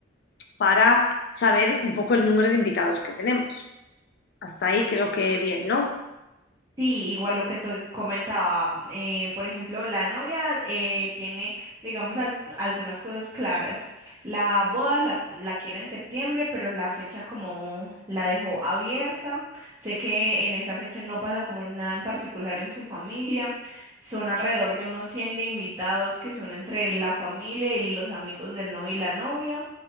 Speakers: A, on the left (about 55°); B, on the right (about 20°).
A: para saber un poco el número de invitados que tenemos. Hasta ahí creo que bien, ¿no?
B: Sí, igual lo que te comentaba, eh, por ejemplo, la novia eh, tiene, digamos, al- algunas cosas claras. La boda la, la quiere en septiembre, pero la fecha como la dejó abierta. Sé que en esa fecha no pasa como nada en particular en su familia. Son alrededor de unos 100 de invitados que son entre la familia y los amigos del novio y la novia.